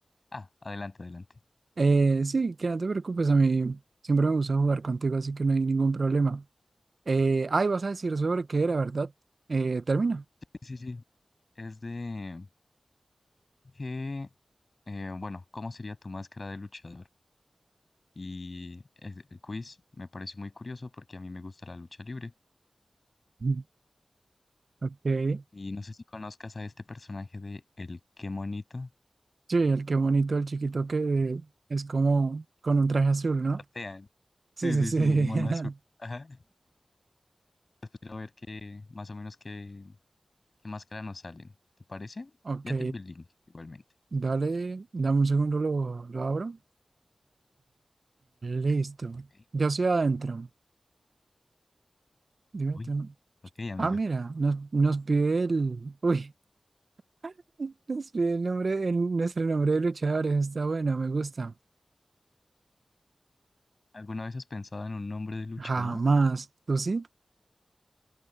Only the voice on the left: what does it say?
Ah, adelante, adelante.
Sí, sí, sí es de que, eh, bueno, ¿cómo sería tu máscara de luchador? Y el, el quiz me parece muy curioso porque a mí me gusta la lucha libre.
Y no sé si conozcas a este personaje de El Qué Monito.
Que
patean. Sí,
sí,
sí, un mono
azul. Ajá. Después quiero ver qué, más o menos qué, qué máscara nos salen. ¿Te parece?
Ya te envié el link igualmente.
Ok.
Uy.
Ok, amigo.
¿Alguna vez has pensado en un nombre de luchador?